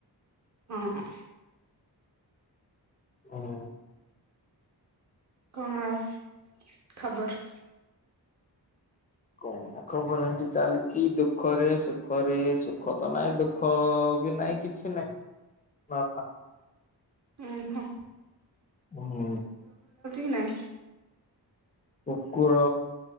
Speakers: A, on the right (about 40°); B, on the left (about 20°).
A: ହଁ।
B: ହଁ।
A: କଣ ଆଉ ଖବର?
B: କ ଖବର ଏମିତି ଚାଲିଛି ଦୁଃଖରେ ସୁଖରେ ସୁଖ ତ ନାହିଁ ଦୁଃଖ ତୁ ବି ନାଇଁ କିଛି ନାଇଁ ନର୍ମାଲ।
A: ଆଁ ହା।
B: ହୁଁ
A: କି ନାଇଁ?
B: କୁକୁର